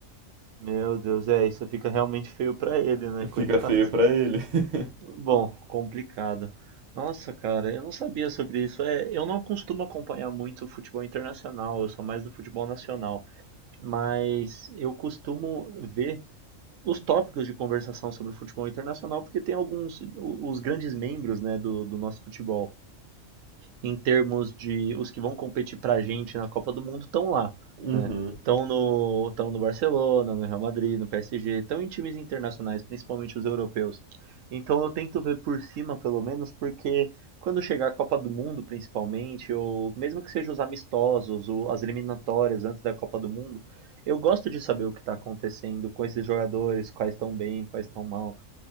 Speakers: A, on the right (about 80°); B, on the right (about 45°).
A: Meu Deus, é, isso fica realmente feio pra ele, né,
B: Fica
A: <laughs> coitado.
B: feio pra ele. <laughs>
A: Bom, complicado. Nossa, cara, eu não sabia sobre isso. É, eu não costumo acompanhar muito o futebol internacional, eu sou mais do futebol nacional, mas eu costumo ver os tópicos de conversação sobre o futebol internacional porque tem alguns o- os grandes membros, né, do, do nosso futebol em termos de os que vão competir para a gente na Copa do Mundo estão lá,
B: Uhum.
A: né? Estão no, tão no Barcelona, no Real Madrid, no PSG, estão em times internacionais, principalmente os europeus. Então eu tento ver por cima, pelo menos, porque quando chegar a Copa do Mundo, principalmente, ou mesmo que sejam os amistosos, ou as eliminatórias antes da Copa do Mundo, eu gosto de saber o que está acontecendo com esses jogadores, quais estão bem, quais estão mal,